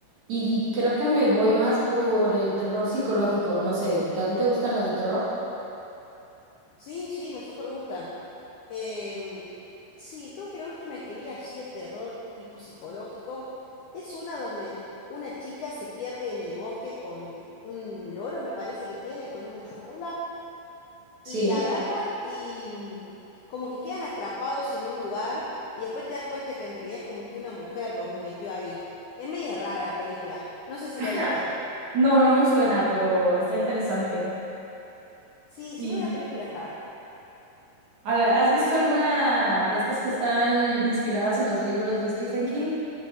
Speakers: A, on the right; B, on the left.
A: Y creo que me voy más por el terror psicológico, no sé. ¿A ti te gustan las de terror?
B: Sí, sí, me súper gustan. Em, sí, creo que la última que vi así de terror tipo psicológico es una donde una chica se pierde en el bosque con un loro, me parece que tiene, con una jaula, y
A: Sí.
B: agarran y mm, como que quedan atrapados en un lugar y después te das cuenta que en realidad es como que una mujer los metió ahí. Es medio rara la película. No
A: <laughs>
B: sé si
A: Ajá.
B: la viste.
A: No, no me suena, pero está interesante.
B: Sí,
A: ¿Y
B: sí, una película rara.
A: a la- has visto alguna de estas que están inspiradas en los libros de Stephen King?